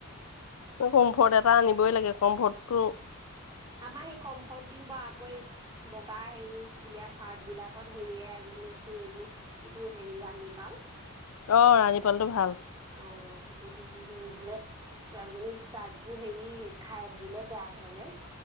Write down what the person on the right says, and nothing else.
আমাৰ সেই কমফৰ্ট দিওঁ বা আকৌ এই বগা হেৰি স্কুলীয়া চাৰ্ট বিলাকত হেয়ে আনি লৈছো এইবোৰ, এইটো হেৰি ৰাণীপাল।
অ, সেইটো দি দিলো নহলে ছোৱালীজনীৰ চাৰ্ট বোৰ হেৰি খাই ধৰিলে বেয়া হয় যে।